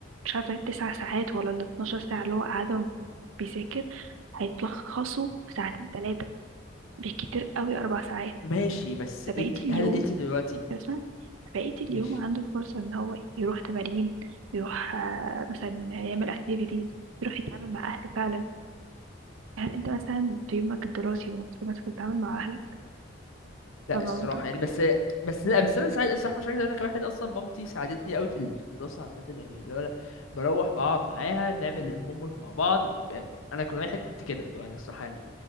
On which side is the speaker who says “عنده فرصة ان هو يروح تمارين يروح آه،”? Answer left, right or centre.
Right